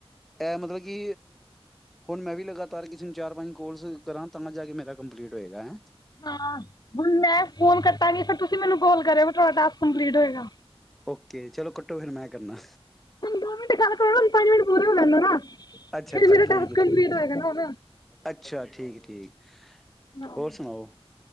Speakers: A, in the centre; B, on the left.
A: ਇਹ ਮਤਲਬ ਕਿ ਹੁਣ ਮੈਂ ਵੀ ਲਗਾਤਾਰ ਕਿਸੇ ਨੂੰ ਚਾਰ ਪੰਜ ਕੋਲਸ ਕਰਾਂ ਤਾਂ ਜਾ ਕੇ ਮੇਰਾ ਕੰਪਲੀਟ ਹੋਏਗਾ ਹੈਂ
B: ਹਾਂ ਹੁਣ ਮੈਂ ਫੋਨ ਕੱਟਾਂਗੀ ਫੇਰ ਤੁਸੀਂ ਮੈਨੂੰ ਕੋਲ ਕਰਿ ਤੁਹਾਡਾ ਟਾਸਕ ਕੰਪਲੀਟ ਹੋਏਗਾ
A: ਓਕੇ ਚਲੋ ਕੱਟੋ ਫਿਰ ਮੈਂ ਕਰਨਾ
B: ਹੁਣ ਦੋ ਮਿੰਟ ਗੱਲ ਕਰੋ ਨਾ ਪੰਜ ਮਿੰਟ ਪੂਰੇ ਹੋ ਲੈਣ ਦੋ ਨਾ
A: ਅੱਛਾ
B: ਫਿਰ
A: ਅੱਛਾ
B: ਮੇਰਾ
A: ਠੀਕ
B: ਟਾਸਕ
A: ਆ
B: ਕੰਪਲੀਟ
A: ਠੀਕ
B: ਹੋਏਗਾ ਨਾ ਹੁਣ।
A: ਅੱਛਾ ਠੀਕ ਠੀਕ
B: ਹਾਂ।
A: ਹੋਰ ਸੁਣਾਓ